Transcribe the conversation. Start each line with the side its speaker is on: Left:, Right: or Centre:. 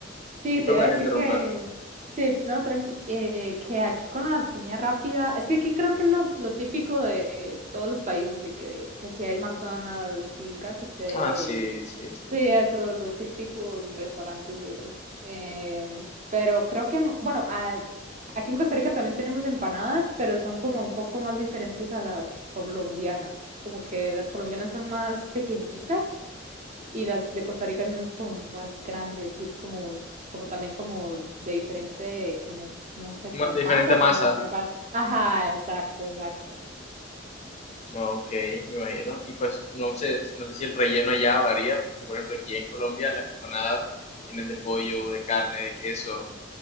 Right: Sí,
Left: disculpa
Right: te iba a
Left: que
Right: decir
Left: te interrumpa.
Right: que, sí, no, tranqui, eh, que aquí con las comidas rápidas, es que aquí creo que es lo, lo típico de todos los países, de que, que si hay McDonald's y KFC
Left: Ah, sí,
Right: y,
Left: sí, sí.
Right: sí, esos, los típicos restaurantes de esos. em, pero creo que, bueno, a- aquí en Costa Rica también tenemos empanadas, pero son como un poco más diferentes a las colombianas, como que las colombianas son más pequeñitas y las de Costa Rica sí son como más grandes y es como, como también como de diferente, como, no sé,
Left: Ma-
Right: como
Left: diferente
Right: masa,
Left: masa.
Right: como la preparan. Ajá, exacto, exacto.
Left: Ah, Ok, me imagino. Y pues no sé, no sé si el relleno allá varía. porque, Por ejemplo, aquí en Colombia las empanadas tienen de pollo, de carne, de queso,